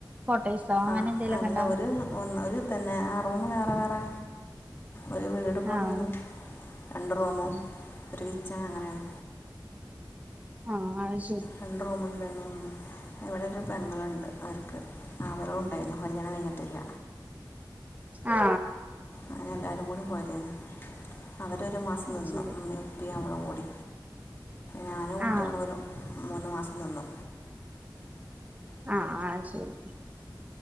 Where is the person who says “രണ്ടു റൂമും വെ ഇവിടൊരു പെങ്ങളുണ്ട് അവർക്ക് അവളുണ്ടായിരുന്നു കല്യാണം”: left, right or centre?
Left